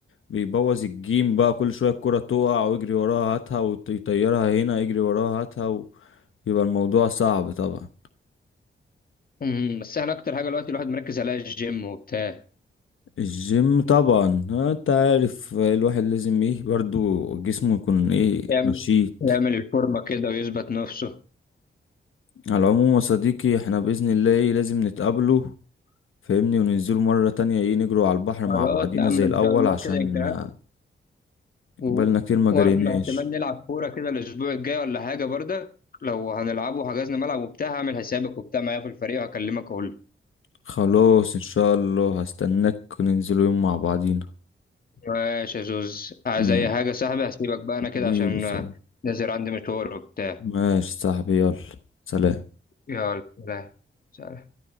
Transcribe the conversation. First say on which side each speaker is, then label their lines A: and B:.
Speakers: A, on the left; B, on the left.
A: بيبوظ الجيم بقى كل شويه الكوره تقع ويجري وراها هاتها ويطيرها هنا يجري وراها هاتها ويبقى الموضوع صعب طبعا
B: أمم، بس احنا اكتر حاجه دلوقتي الواحد مركز عليها الجيم وبتاع
A: الجيم طبعا آه، انت عارف الواحد لازم ايه برضو جسمه يكون ايه
B: يعمل
A: نشيط
B: يعمل الفورمه كده ويثبت نفسه
A: على العموم يا صديقي احنا بإذن الله ايه لازم نتقابله فاهمني وننزلوا مرة تانية ايه نجروا على البحر
B: خلاص
A: مع بعضينا
B: يا عم
A: زي
B: ان
A: الأول
B: شاء الله
A: عشان
B: كده يمكن
A: آه،
B: و...
A: بقالنا كتير ما
B: واحنا
A: جريناش
B: احتمال نلعب كوره كده الاسبوع الجاي ولا حاجه برضك لو هنلعبه وحجزنا ملعب وبتاع هعمل حسابك وبتاع معايا في الفريق وهكلمك اقول
A: خلاص إن شاء الله هستناك وننزلوا يوم مع بعضينا
B: ماشي يا زوز عايز
A: مم.
B: اي حاجه يا صاحبي هسيبك بقى انا
A: حبيبي
B: كده عشان
A: صاحبي
B: آه، نازل عندي مشوار وبتاع
A: ماشي صاحبي يلا سلام
B: يلا سلام. سلام.